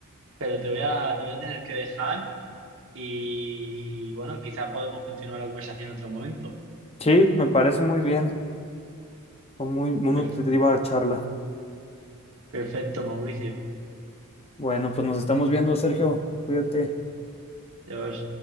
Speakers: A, on the right; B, on the left.
A: pero te voy a, te voy a tener que dejar y bueno, quizá podemos continuar la conversación en otro momento.
B: Sí, me parece muy bien. Fue muy, muy nutritiva
A: Per-
B: la charla.
A: perfecto, Mauricio.
B: Bueno, pues nos estamos viendo, Sergio. Cuídate.
A: Adiós.